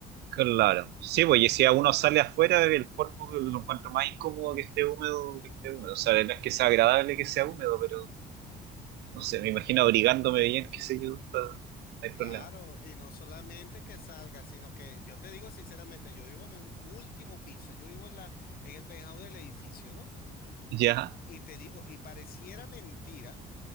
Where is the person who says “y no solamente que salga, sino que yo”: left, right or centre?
Left